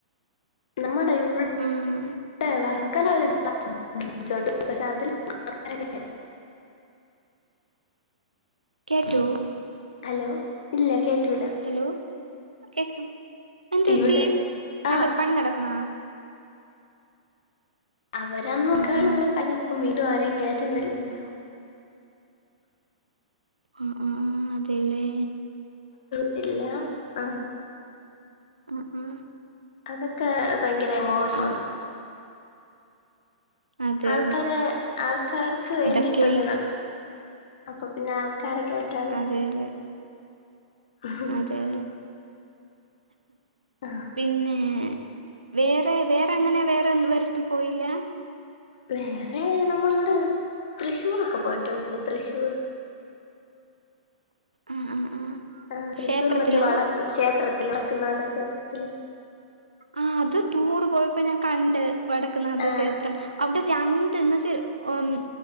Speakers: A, on the left (about 60°); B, on the right (about 80°).
A: നമ്മുടെ ഇവിടെ
B: ആഹ്
A: വർക്കല ഒരു ബ്രിജ് ഉണ്ട് പക്ഷെ അതില് കേറാൻ <unintelligible> <unintelligible>
B: കേറ്റോ
A: ഹലോ ഇല്ല കേറ്റൂല
B: ഹലോ കേക്കാം എന്ത്പറ്റി
A: ഇവിടെ ആ
B: നട പണി നടക്കണ
A: അവരന്നൊക്കണുള്ള
B: ആഹ് ആഹ്
A: കഴിഞ്ഞിട്ട <unintelligible> ഇപ്പ വീടും ആരും കേറ്റുന്നില്ലല്ലോ
B: ആഹ് ആഹ് ആഹ് അതല്ലേ
A: ത്തില്ല ആഹ് <unintelligible>
B: ആഹ് ആഹ്
A: അതൊക്കെ ഭയങ്കര മോശമാണ്
B: ആഹ് അതെ അതെ
A: ആൾക്കാരെ ആൾക്കാർക്ക്
B: ശ്ശെ,
A: വേണ്ടിട്ടല്ലേ
B: ഇതൊക്കെയല്ലേ
A: അപ്പൊ പിന്നെ ആൾക്കാര കേറ്റാതെ
B: അതെതെ
A: ഉ!
B: അതെ
A: !!!! ആഹ്
B: പിന്നെ വേറെ വേറെങ്ങനെ വേറെ ഒന്നും വരത്തും പോയില്ല?
A: വേറെ നമ്മളിവിടെ തൃശ്ശൂർൊക്കെ പോയിട്ടുണ്ട്. തൃശ്ശൂർ
B: ആഹ് ആഹ് ആഹ്
A: ആ തൃ്ശൂർ
B: ക്ഷേത്രത്തിലോ
A: മറ്റേ വടക്ക് ക്ഷേത്രത്തിൽ വടക്കനാഥ ക്ഷേത്രത്തില്
B: ആഹ് അത് ടൂറ് പോയപ്പോ ഞാൻ കണ്ട് വടക്ക്നാഥ
A: ആ
B: ക്ഷേത്രം അവിടെ രണ്ട്ന്ന്ച് ഉം